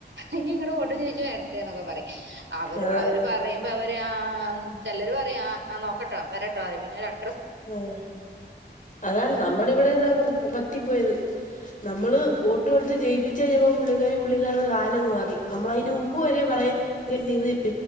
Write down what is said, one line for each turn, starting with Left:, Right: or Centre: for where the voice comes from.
Right: ഇനി ഇങ്ങോട്ട് വോട്ടും ചോദിച്ച് വരട്ടെ എന്നൊക്കെ പറയും അവരോട്
Left: അതെ
Right: അവര് പറ പറയുമ്പോ അവര് ആ ചെലർ പറയും ആ ആ നോക്കട്ടോ വരട്ടോ പിന്നെ അ
Left: ആഹ് അതാണ് നമ്മുടെ ഇവിടെയും ഇതാ പറ്റിപ്പോയത് നമ്മള്
Right: ഉം
Left: വോട്ട് കൊടുത്ത് ജയിപ്പി ച്ച് കയ്യുമ്പോ പുള്ളിക്കാരി പുള്ളിക്കാരുടെ കാല് അങ്ങ് മാറി നമ്മൾ അയിൻ്റെ മുമ്പ് വരെ പറയും പറയുന്നത്